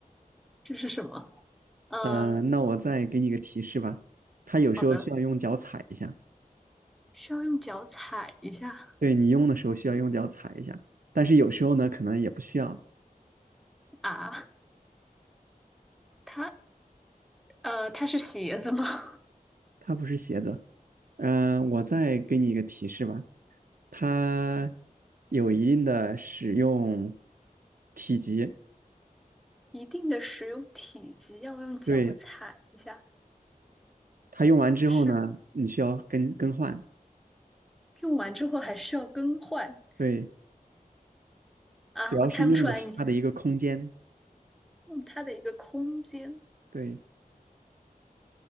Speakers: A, in the centre; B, on the right (about 70°).
A: 这是什么？嗯，
B: 呃，那我再给你个提示吧，它有时候需要用脚踩一下，
A: 好的，需要用脚踩一下
B: 对你用的时候需要用脚踩一下，但是有时候呢，可能也不需要，
A: 啊。它呃，它是鞋子吗？
B: 它不是鞋子。嗯、呃我再给你一个提示吧，它有一定的使用体积，
A: <laughs> 一定的使用体积要用脚踩一下，
B: 对，它用完之后呢，
A: 是
B: 你需要更更换，
A: 用完之后还需要更换
B: 对，
A: 啊？
B: 主要是用的是它的一个空间。
A: 我猜不出来你用它的一个空间
B: 对，